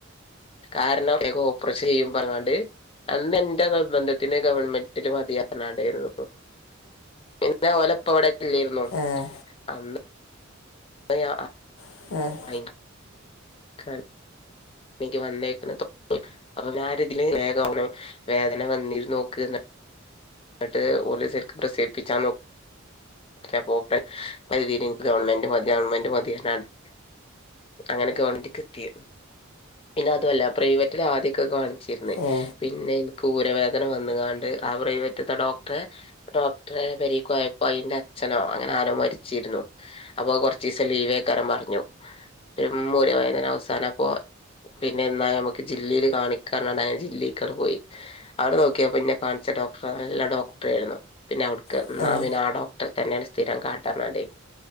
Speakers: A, on the left (about 25°); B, on the left (about 85°).
A: കാരണം ഇൻക്ക് ഓപ്പറേഷേയ്യും പറഞാണ്ട് അന്ന് എന്റെ നിബന്ധത്തിന് ഗവൺമെന്റ് <unintelligible> പിന്നെ ഓലെപ്പംവ്ടെ ഇല്ലേരുന്നു
B: ഏ
A: <unintelligible> <unintelligible>
B: <unintelligible>
A: <inaudible> <unintelligible> നിക്ക് വന്നേക്ക്ണത് അപ്പപ്ന്നാരിതില് വേഗ <unintelligible> വേദന വന്നിര്ന്നോക്ക് എട്ട് ഓല് ശെരിക്ക് പ്രസേപ്പിച്ചാ നോക് <unintelligible> ഗവൺമെന്റ് മതി ഗവൺമെന്റ് മതി <unintelligible> അങ്ങനെ ഗവണ്മെന്റ്ക്കെത്തിയ പിന്നതുവല്ല പ്രൈവറ്റിലാദ്യൊക്കെ കാണിച്ചിരുന്നേ
B: ഏ
A: പിന്നെ എന്ക്ക് ഊരവേദന വന്നുകാണ്ട് ആ പ്രൈവറ്റത്തെ ഡോക്ടറെ ഡോക്ടറെ പരീക്കുയപ്പയ്ന്റച്ഛനോ അങ്ങനാരോ മരിച്ചിരുന്നു അപ്പൊ കൊറ ച്ചീസം ലീവേക്കാരം പറഞ്ഞു <unintelligible> ഊര വേദന അവസാനപ്പൊ പിന്നേന്നാ ഞമ്മക്ക് ജില്ലേല് കാണിക്കാ <unintelligible> ജില്ലേക്കങ് പോയി അവിടെ നോക്കിയപ്പ്ന്നെ കാണിച്ച ഡോക്ടറ് നല്ല ഡോക്ടറേരുന്നു പിന്നെ അവിടുക്ക്
B: ഏ
A: ഉം ആ പിന്നാ ഡോക്ട ട്രെതന്നേണ് സ്ഥിരം കാട്ടണേ